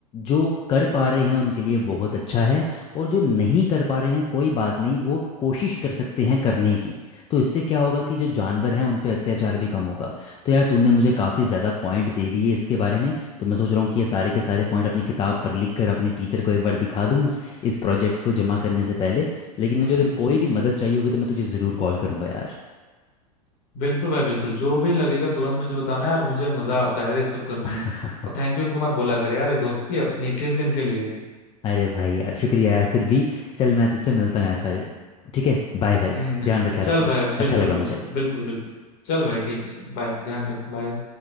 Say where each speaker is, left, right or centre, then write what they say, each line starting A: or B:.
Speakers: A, on the left; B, on the left.
A: जो कर पा रहे हैं उनके लिए बहुत अच्छा है और जो नहीं कर पा रहे हैं कोई बात नहीं वो कोशिश कर सकते हैं करने की तो इससे क्या होगा कि जो जानवर हैं उन पे अत्याचार भी कम होगा तो यार तूने मुझे काफ़ी ज़्यादा पॉइंट दे दिए इसके बारे में तो मैं सोच रहा हूँ कि ये सारे के सारे पॉइंट अपनी किताब पर लिख कर अपनी टीचर को एक बार दिखा दूँ इस इस प्रोजेक्ट को जमा करने से पहले लेकिन
B: हम्म
A: मुझे
B: हम्म,
A: अगर
B: हम्म।
A: कोई भी मदद चाहिए होगी तो मैं तुझे ज़रूर कॉल करूँगा यार
B: बिल्कुल भाई बिल्कुल जो भी लगेगा तुरंत मुझे बताना यार मुझे मजा आता है यार ये सब करने में
A: <laughs>
B: और थैंक यू इनको मत बोला करे यार ये दोस्ती अपनी किस दिन के लिए
A: अरे भाई यार शुक्रिया यार फिर भी चल मैं तुझसे मिलता हूँ यार फिर ठीक है बाय भाई
B: हम्म
A: ध्यान रखे यार
B: चल
A: अपना
B: भाई
A: अच्छा
B: बिल्कुल
A: लगा
B: बिल्कुल
A: मुझे
B: बिल्कुल बिल्कुल चल भाई ठीक है चल बाय ध्यान रख बाय